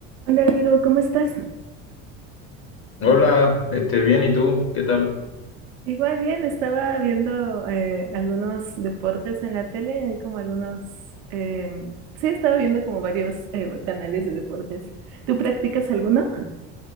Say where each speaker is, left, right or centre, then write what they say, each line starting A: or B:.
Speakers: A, on the right; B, on the left.
A: Hola, Diego, ¿cómo estás?
B: Hola, este, bien, ¿y tú? ¿Qué tal?
A: Igual bien, estaba viendo eh, algunos deportes en la tele, hay como algunos, eh, sí, estaba viendo como varios eh, canales de deportes. ¿Tú practicas alguno?